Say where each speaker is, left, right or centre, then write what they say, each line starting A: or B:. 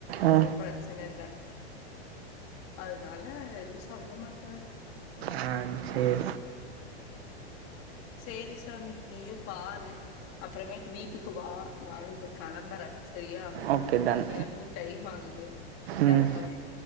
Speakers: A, on the right; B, on the left.
A: ஆ
B: ஒன்னு பிரச் சன இல்ல அதனால எதுவு சொல்ல மாட்டாரு
A: ஆ சரி
B: சேரி சாமி நீயு பாரு அப்றமாய்ட்டு வீட்டுக்கு வா நானு இப்ப கெளம்பறே செரியா
A: ஓகே டன்
B: எனக்கு டைம் ஆகுது கெளம்புறே
A: ம்